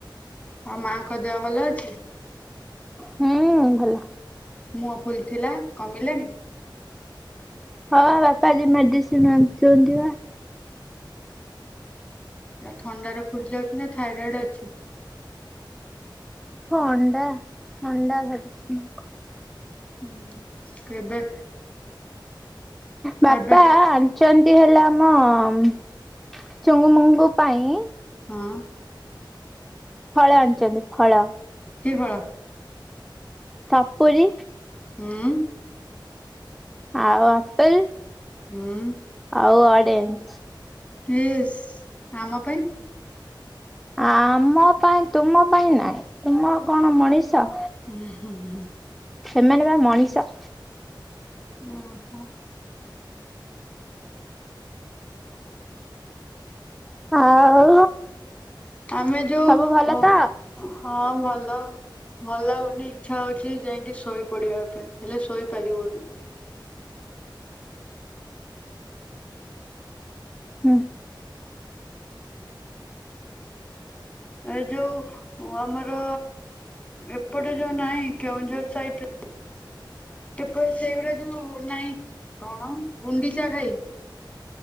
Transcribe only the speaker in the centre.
ହୁଁ ଭଲ।
ହଁ ବାପା ଆଜି ମେଡିସିନ ଆଣିଛନ୍ତି ପା।
ଥଣ୍ଡା ଥଣ୍ଡା ଧରିଛି ମାଆକୁ।
ବାପା
ଆନ୍ ଆଣିଛନ୍ତି ହେଲା ଆମ ଚୁଙ୍ଗୁ ମୁଙ୍ଗୁ ପାଇଁ
ଫଳ ଆଣିଛନ୍ତି ଫଳ।
ସପୁରି
ଆଉ ଆପେଲ
ଆଉ ଅଡେଞ୍
ଆମ ପାଇଁ ତୁମ ପାଇଁ ନାଇଁ ତୁମ କଣ ମଣିଷ।
ସେମାନେ ବା ମଣିଷ।
ଆଉ
ସବୁ ଭଲ ତ
ହୁଁ